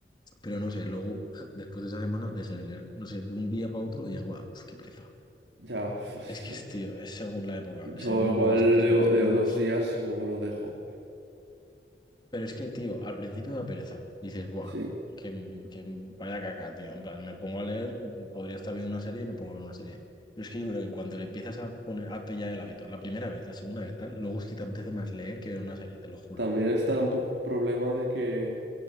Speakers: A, on the left; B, on the right.
A: Pero no sé, luego, <laughs> después de esa semana, de ese leer, no sé, de un día para otro dije, guau, qué pereza.
B: ya, pues
A: Es que, es, tío, es según la época,
B: yo
A: según
B: igual
A: las cosas
B: leo,
A: que tengas.
B: leo dos días y luego lo dejo.
A: Pero es que, tío, al principio da pereza. Dices, buah,
B: Sí,
A: que, que vaya caca, tío. En plan, me pongo a leer, podría estar viendo una serie y me pongo a ver una serie. Pero es que yo creo que cuando le empiezas a poner, a pillar el hábito, la primera vez, la segunda vez, tal, luego es que te apetece más leer que ver una serie, te lo juro.
B: también está un poco el problema de que